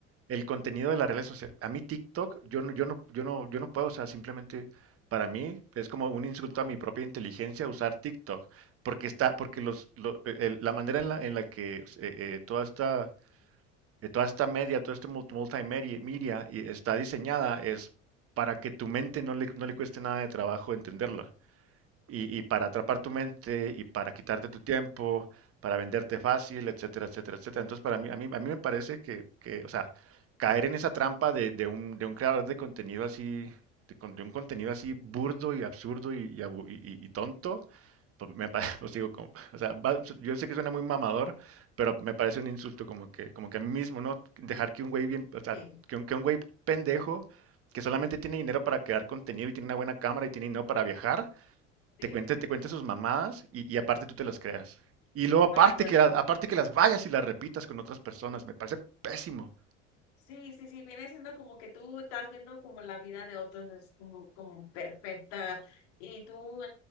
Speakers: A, on the right (about 40°); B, on the left (about 65°).
A: el contenido de las redes sociales, a mí TikTok, yo no, yo no, yo no, yo no puedo, o sea, simplemente para mí es como un insulto a mi propia inteligencia usar TikTok, porque está, porque los, lo- el- la manera en la, en la que eh, eh, toda esta eh, toda esta media, todo este multi- multimedia está diseñada es para que tu mente no le, no le cueste nada de trabajo entenderlo Y, y para atrapar tu mente y para quitarte tu tiempo, para venderte fácil, etcétera, etcétera, etcétera. Entonces, para mí, a mí, a mí me parece que, que, o sea, caer en esa trampa de, de un, de un creador de contenido así, de, con- de un contenido así burdo y absurdo y, y abu- y- y- y tonto, pues, me, pa- <laughs> pues digo, como, o sea, va- yo sé que suena muy mamador, pero me parece un insulto como que, como que a mí mismo, ¿no? Dejar que un güey bien, o sea,
B: Sí,
A: que un, que un güey pendejo que solamente tiene dinero para crear contenido y tiene una buena cámara y tiene dinero para viajar,
B: sí.
A: te cuente, te cuente sus mamadas y, y aparte tú te las creas. Y luego aparte
B: Ándale.
A: que, la- aparte que las vayas y las repitas con otras personas, me parece pésimo.
B: Sí, sí, sí, viene siendo como que tú estás viendo como la vida de otros es como, como perfecta y tú